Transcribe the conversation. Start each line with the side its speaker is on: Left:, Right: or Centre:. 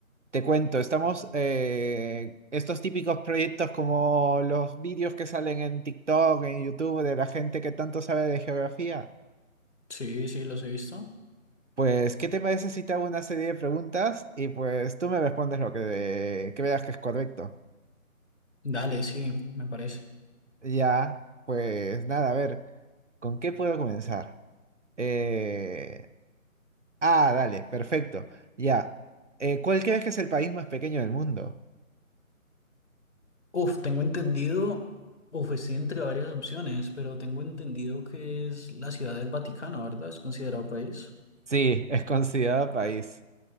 Right: te cuento, estamos, eh, estos típicos proyectos como los vídeos que salen en TikTok, en YouTube, de la gente que tanto sabe de geografía.
Left: Sí, sí, los he visto.
Right: Pues, ¿qué te parece si te hago una serie de preguntas y pues tú me respondes lo que, que veas que es correcto?
Left: Dale, sí, me parece.
Right: Ya, pues nada, a ver, ¿con qué puedo comenzar? Eh, Ah, dale, perfecto. Ya. Eh, ¿cuál crees que es el país más pequeño del mundo?
Left: Uf, tengo entendido, uf, estoy entre varias opciones, pero tengo entendido que es la Ciudad del Vaticano, ¿verdad? Es considerado país.
Right: Sí, es considerado país,